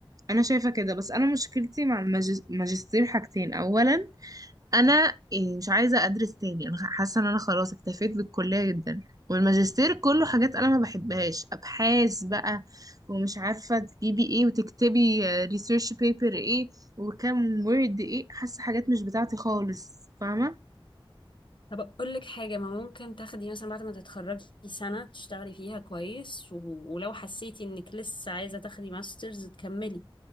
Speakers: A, on the right (about 40°); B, on the left (about 60°).
A: انا شايفه كده بس انا مشكلتي مع الماجس- الماجستير حاجتين اولا انا إيه، مش عايزه ادرس تاني انا حاسه ان انا خلاص اكتفيت بالكليه جدا والماجستير كله حاجات انا ما بحبهاش ابحاث بقى ومش عارفه تجيبي ايه وتكتبي ريسيرش بيبر ايه وكام وورد ايه حاسه حاجات مش بتاعتي خالص فاهمه
B: طب اقول لك حاجه ما ممكن تاخدي مثلا بعد ما تتخرجي سنه تشتغلي فيها كويس و... ولو حسيتي انك لسه عايزه تاخدي ماسترز تكملي